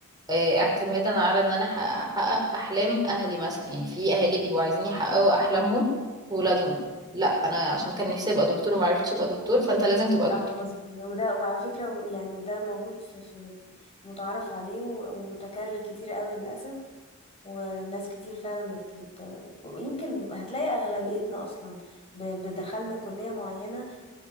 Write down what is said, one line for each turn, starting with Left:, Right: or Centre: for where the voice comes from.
Right: آه، اعتمادا على ان انا أح- احقق احلام اهلي مثلا يعني في اهالي بيبقوا عايزين يحققوا احلامهم في ولادهم لا انا عشان كان نفسي ابقى دكتور وما عرفتش ابقى دكتور فانت لازم تبقى دكتور
Left: اه مظبوط وده وعلى فكرة و- يعني وده موجود في, في متعارف عليه و- ومتكرر كتير قوي للأسف وناس كتير فعلا بت بت يمكن هتلاقي أغلبيتنا أصلا ب- بدخلنا كلية معينة